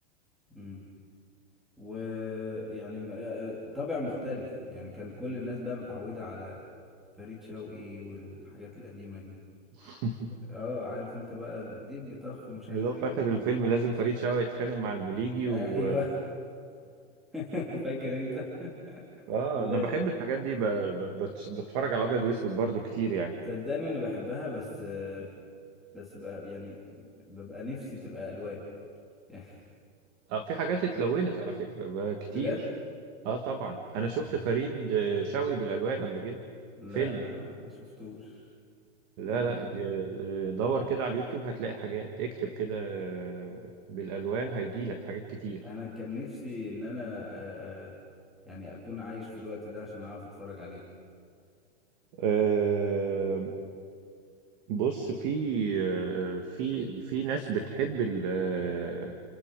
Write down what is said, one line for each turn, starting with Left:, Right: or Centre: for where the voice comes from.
Centre: امم ويعني م- طابع مختلف يعني كان كل الناس بقى متعودة على فريد شوقي والحاجات القديمة دي
Right: <laughs>
Centre: اه عارف انت بقى الديب بطخ ومش
Right: اللي
Centre: عارف
Right: هو في
Centre: ايه
Right: آخر
Centre: ده
Right: الفيلم لازم فريد شوقي يتخانق مع المليجي
Centre: ايوه
Right: و
Centre: <laughs> فاكر انت
Right: آه
Centre: لا
Right: أنا بحب الحاجات دي ب... ب... بت- بتفرج على أبيض وأسود برضو كتير يعني
Centre: صدقني انا بحبها بس آه، بس بقى يعني ببقى نفسي تبقى الوان <laughs>
Right: آه في حاجات اتلونت
Centre: ب-
Right: على فكرة ب... كتير
Centre: بجد
Right: آه طبعا أنا شفت
Centre: آه.
Right: فريد آه، شوقي بالألوان قبل كده
Centre: لا
Right: فيلم
Centre: انا ما شفتوش
Right: لا
Centre: يعني
Right: لا آه، آه، دور كده على اليوتيوب هتلاقي حاجات اكتب كده آه، بالألوان هيجيلك حاجات كتير
Centre: انا كان نفسي ان انا آه، آه، يعني اكون عايش في الوقت ده عشان اعرف اتفرج عليهم
Right: آه، بص في آه، في في ناس بتحب ال- آه،